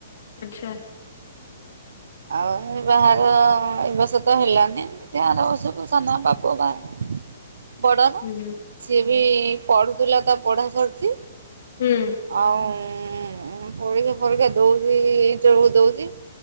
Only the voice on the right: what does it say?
ଆଉ ବାହାର ଏ ବସ ତ ହେଲାନି ଦେଖିଆ ଆର ବଷ ସାନବାପା ପୁଅ ବାହାହବ ବଡର
ସିଏ ବି ପଢୁଥିଲା ତା ପଢା ସରିଛି।
ଆଉଁ-ଉଁ ହଁ, ପରୀକ୍ଷା ପରୀକ୍ଷା ଦଉଛି-ଇ ଇଣ୍ଟରଭୁ ଦଉଚି।